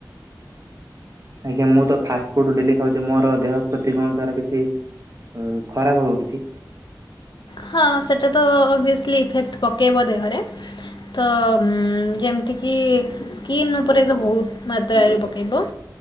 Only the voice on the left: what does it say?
ହଁ ସେଟା ତ ଅଭିଏସଲି ଇଫେକ୍ଟ ପକେଇବ ଦେହରେ। ତ ଯେମିତିକି ସ୍କିନ୍ ଉପରେ ତ ବହୁତ ମାତ୍ରାରେ ପକଇବ।